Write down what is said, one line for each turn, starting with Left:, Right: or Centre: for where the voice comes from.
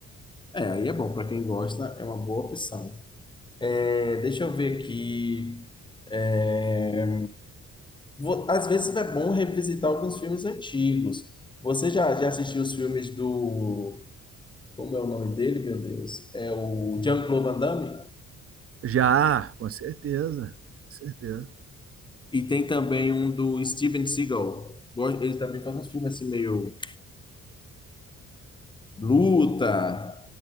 Left: É, aí é bom. Para quem gosta, é uma boa opção. É, deixa eu ver aqui. É, vo- às vezes é bom revisitar alguns filmes antigos. Você já, já assistiu os filmes do... Como é o nome dele, meu Deus? É o Jean-Claude Van Damme?
Right: Já, com certeza, com certeza.
Left: E tem também um do Steven Seagal. Go- Ele também faz uns filmes assim meio luta,